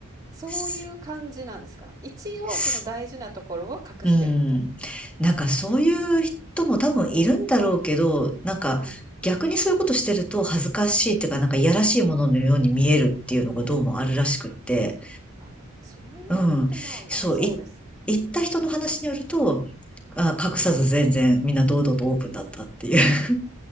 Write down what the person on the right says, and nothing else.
そういう感じなんですか？
一応その大事なところは隠してるみたいな。
はい。
あ、まあ、そう言われると、
まあ、ま、
そうですね。
はい。